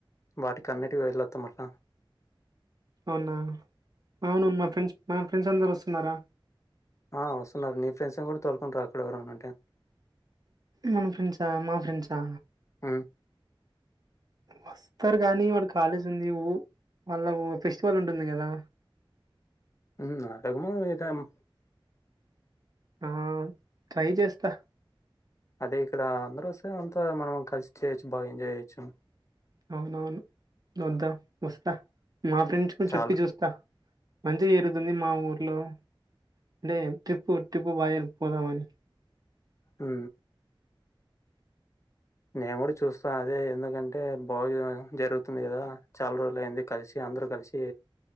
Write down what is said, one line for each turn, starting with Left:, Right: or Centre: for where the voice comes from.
Left: వాటికిన్నిటికి వెళ్ళొస్తామంట
Right: అవునా అవునూ మా ఫ్రెండ్స్ మా ఫ్రెండ్స్ అందరు వస్తున్నారా
Left: ఆ వస్తున్నారు నీ ఫ్రెండ్స్ ఏ కూడా తోలుకుంట రా అక్కడ ఎవరన ఉంటే
Right: మన ఫ్రెండ్సా మా ఫ్రెండ్సా
Left: ఆ
Right: వస్తారు కానీ వాడు కాలేజ్ ఉంది ఉ మళ్ళా ఫెస్టివల్ ఉంటుంది కదా
Left: ఉమ్ అటకు మతక్కుము
Right: ఉమ్ ట్రై చేస్తా
Left: అదే ఇక్కడ అందరు వస్తే అంతా మనం కలిసి చేయొచ్చు బాగా ఎంజాయ్ చేయొచ్చు
Right: అవునవును వద్దా వస్తా మా ఫ్రెండ్స్ కూడా
Left: చాలు.
Right: చెప్పి చూస్తా మంచిగా చేరుగుతుంది మా ఊర్లో అంటే ట్రిప్పు ట్రిప్పు బయ పోదామని
Left: ఉ నేను కూడా చూస్తా అదే ఎందుకంటే బాగు జరుగుతుంది కదా చాలా రోజులు అయింది కలిసి అందరు కలిసి